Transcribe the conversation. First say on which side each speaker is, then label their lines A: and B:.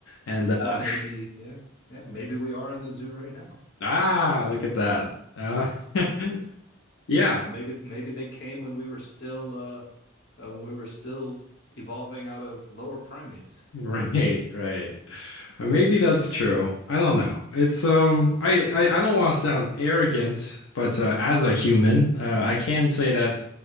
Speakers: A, on the left (about 75°); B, on the left (about 55°).
A: And uh,
B: Well, maybe, yeah, yeah, maybe we are in the zoo right now.
A: Ah, look at that. Uh, <laughs> yeah,
B: Yeah, maybe maybe they came when we were still uh, uh when we were still evolving out of lower primates.
A: right, right. Uh, Maybe that's true. I don't know. It's um, I I, I don't want to sound arrogant, but uh, as a human, uh, I can say that